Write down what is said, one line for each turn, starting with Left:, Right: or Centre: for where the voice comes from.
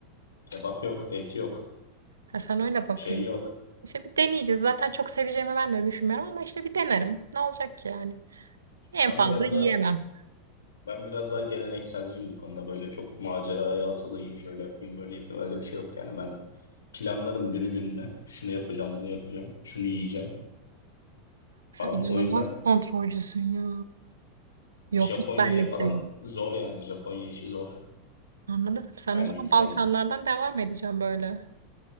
Left: Kebap
Right: İşte,
Left: yok, et yok,
Right: ha, sen öyle bakıyorsun.
Left: şey yok.
Right: İşte bir deneyeceğiz. Zaten çok seveceğimi ben de düşünmüyorum ama işte bir denerim. Ne olacak ki yani? En
Left: Ben
Right: fazla
Left: biraz
Right: yiyemem.
Left: da ben biraz daha gelenekselciyim bu konuda. Böyle çok maceraya atılayım, şöyle yapayım, böyle yapayım. Öyle bir şey yok yani. Ben planlarım günü gününe. Şunu yapacağım, bunu yapacağım, şunu yiyeceğim
Right: Sen
Left: falan.
Right: inanılmaz
Left: O yüzden
Right: kontrolcüsün ya. Yok
Left: Japonya'ya
Right: hiç benlik
Left: falan
Right: değil.
Left: zor yani. Japonya işi zor.
Right: Anladım. Sen
Left: Benlik
Right: o zaman Balkanlardan
Left: yani.
Right: devam edeceğim böyle.